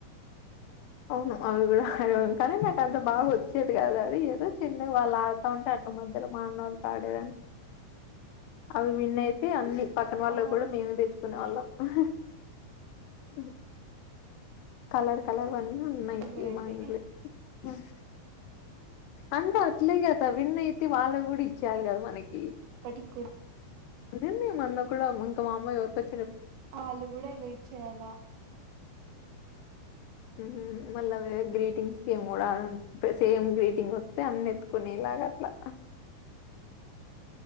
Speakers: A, on the left (about 80°); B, on the right (about 85°).
A: అవును అవి కూడా ఆడము కానీ నాకు అంత బాగా వచ్చేది కాదు అది ఏదో చిన్నగా వాళ్ళు ఆడుతా ఉంటే అట్లా మధ్యలో మా అన్నోళ్లతో ఆడేదాన్ని అవి విన్ అయితే అన్ని పక్కన వాళ్ళవి
B: ఆ
A: కూడా నేను తీస్ కునేల్లాం ఆ అవును కలర్ కలర్ వన్ <unintelligible> ఉన్నాయ్
B: మీరైతే
A: ఈ మా ఇంట్లో మ్మ్ అంత ఇట్లే కదా విన్ అయితే వాళ్ళవి కూడా ఇచ్చెయ్యాలి కదా మరి మీకీ
B: పటికి కూడ
A: నిర్ణయం అన్నా కూడా ఇంక మా అమ్మ ఎవరికో చె
B: వాళ్ళు గూడా ఇంగ ఇచ్చేయ్యాలా
A: ఊహు మళ్ళ వేరె గ్రీటింగ్స్ కి ఏమి కూడాల సేమ్ గ్రీటింగ్ వత్తే అన్ని ఎత్తుకునేలాగ అట్లా